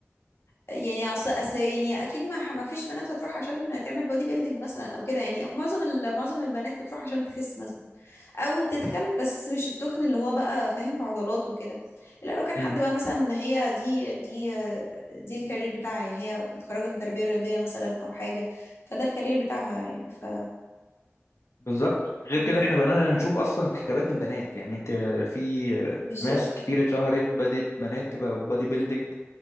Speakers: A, on the left; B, on the left.
A: يعني اصل اصل يعني اكيد ما ما فيش بنات هتروح عشان تعمل بودي بيلدينج مثلا او كده يعني معظم ال- معظم البنات بتروح عشان تخس مثلا او تتخن بس مش التخن اللي هو بقى فاهم بعضلات وكده لا لو كان حد
B: مم.
A: بقى مثلا هي دي دي دي الكارير بتاعها يعني هي متخرجه من تربيه رياضيه مثلا او حاجه فده الكارير بتاعها يعني ف
B: بالظبط غير
A: مم،
B: كده احنا بقينا نشوف اصلا كباتن بنات يعني انت في
A: بالظبط
B: ناس كتير اتشهرت بدات بنات تبقى بادي بيلدينج